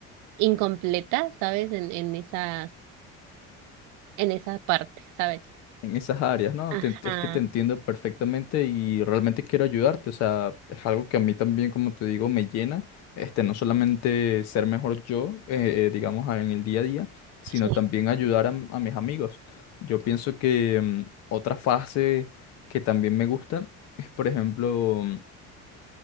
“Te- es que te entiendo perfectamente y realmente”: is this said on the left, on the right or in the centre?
Left